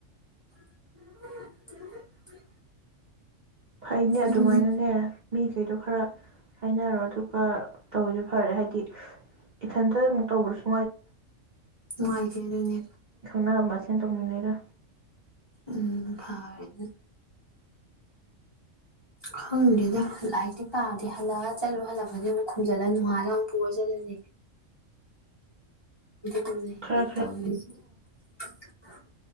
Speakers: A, on the left (about 25°); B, on the right (about 45°).
A: <inaudible>
B: ꯐꯩꯅꯦ ꯑꯗꯨꯃꯥꯏꯅꯅꯦ
A: ꯑꯗꯨꯅꯦ
B: ꯃꯤꯈꯩꯗꯣ ꯈꯔ ꯍꯥꯏꯅꯔꯣ ꯑꯗꯨꯒ ꯇꯧꯔꯤꯗꯨ ꯐꯔꯦ ꯍꯥꯏꯗꯤ ꯏꯊꯟꯇ ꯑꯃꯨꯛ ꯇꯧꯔꯁꯨ
A: ꯅꯨꯉꯥꯏꯇꯦ ꯑꯗꯨꯅꯦ
B: ꯅꯕ ꯃꯁꯦꯟ ꯇꯧꯃꯤꯟꯅꯩꯔ
A: ꯎꯝ ꯐꯔꯦ ꯑꯗꯨꯅ ꯈꯪꯗꯦꯗ ꯂꯥꯏꯔꯤꯛꯇꯤ ꯄꯥꯗꯦ ꯍꯜꯂꯛꯑ ꯆꯠꯂꯨ ꯍꯜꯂꯛꯄꯗꯤ ꯑꯃꯨꯛ ꯈꯨꯝꯖꯤꯜꯂ ꯅꯣꯡꯉꯥꯜꯂ ꯑꯃꯨꯛ ꯄꯨꯔ ꯆꯜꯂꯅꯤ ꯑꯗꯨꯅꯤ ꯑꯗꯨꯝ ꯍꯤꯡꯉꯤ
B: ꯈꯔ
A: ꯇꯧꯔꯤꯁꯤ <inaudible>